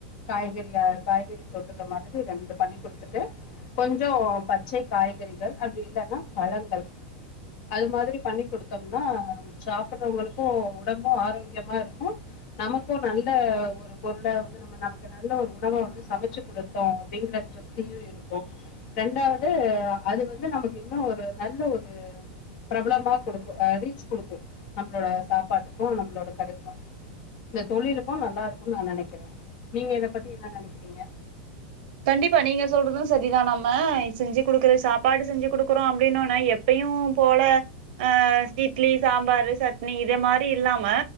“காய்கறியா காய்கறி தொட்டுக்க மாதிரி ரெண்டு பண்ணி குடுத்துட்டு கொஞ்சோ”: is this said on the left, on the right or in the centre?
Left